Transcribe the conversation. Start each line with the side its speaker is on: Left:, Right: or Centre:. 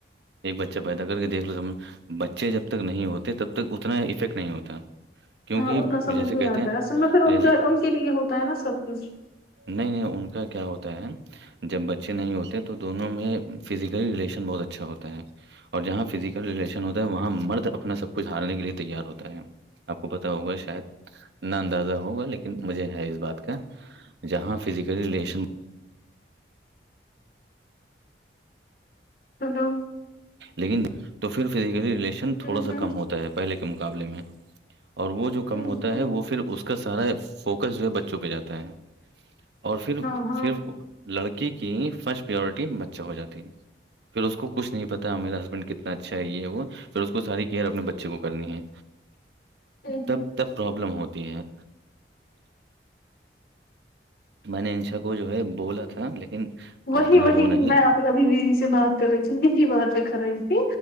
Right: ایک بچہ پیدا کر کے دیکھ لو تم بچے جب تک نہیں ہوتے تب تک اتنا افیکٹ نہیں ہوتا کیونکہ
Left: ہاں اتنا سمجھ
Right: جیسے
Left: نہیں
Right: کہتے
Left: آتا
Right: ہیں
Left: ہے اصل میں پھر
Right: جیسے
Left: ان کا ان کے لیے ہوتا ہے نا سب کچھ
Right: نہیں نہیں ان کا کیا ہوتا ہے جب بچے نہیں ہوتے تو دونوں میں فزیکل ریلیشن بہت اچھا ہوتا ہے اور جہاں فزیکل رلیشن ہوتا ہے وہاں مرد اپنا سب کچھالنے کے لیے تیار ہوتا ہے آپ کو پت ہوگا شاید نہ اندازہ ہوگا لیکن مجھے ہے اس بات کا جہاں فزیکل ریلیشن
Left: ہلو
Right: لیکن تو پھر فزیکلی ریلیشن تھوڑا
Left: ہوں
Right: سا
Left: ہوں
Right: کم ہوتا ہے پہلے کے مقابلے میں اور وہ جو کم
Left: ہوں
Right: ہوتا
Left: ہوں،
Right: ہے وہ پھر اس کو کا سارا فوکس جو ہے بچوں پہ جاتا ہے اور پھر
Left: ہاں ہاں
Right: پھر لڑکی کی فرسٹ پیورٹی بچہ ہو جاتی ہے پھر اس کو کچھ نہیں پتا میرا ہسبینڈ کتنا اچھا ہے یہ وہ پھر اس کو ساری کیئر اپنے بچے کو کرنی ہے
Left: ہوں ہوں۔
Right: تب تب پرابلم ہوتی ہیں میں نے انسا کو جو ہے بولا تھا لیکن
Left: وہی
Right: اتنا
Left: وہی
Right: وہ نہیں
Left: میں آپ ابھی دیدی سے بات کر رہی تھی یہ بھی بات ر کر رہی